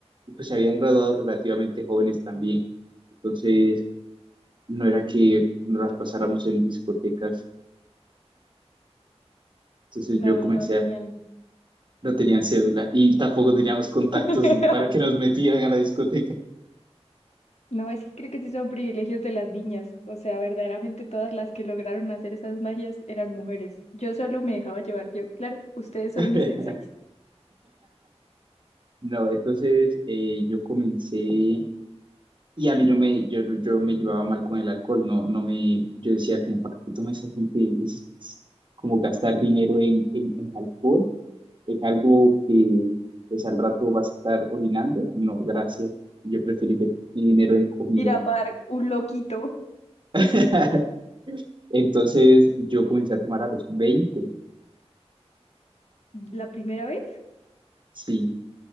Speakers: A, on the right; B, on the left.
A: Y pues se habían graduado relativamente jóvenes también. Entonces, no era que nos las pasáramos en discotecas. Entonces
B: No,
A: yo comencé
B: no tenían.
A: a... No tenían cédula y tampoco teníamos contactos
B: <laughs>
A: para que nos metieran a la discoteca.
B: No, es que creo que sí son privilegios de las niñas. O sea, verdaderamente todas las que lograron hacer esas magias eran mujeres. Yo solo me dejaba llevar yo. Claro, ustedes son
A: <laughs>
B: mis senseis.
A: No, entonces eh, yo comencé y a mí no me, yo, yo me llevaba mal con el alcohol, no, no me, yo decía como, ¿para qué toma esa gente? Es, es como gastar dinero en, en, en alcohol, en algo que pues al rato vas a estar orinando. No, gracias. Yo preferí ver mi dinero en comida.
B: Mira, Bar, un loquito.
A: <laughs> Entonces yo comencé a tomar a los veinte
B: ¿La primera vez?
A: sí,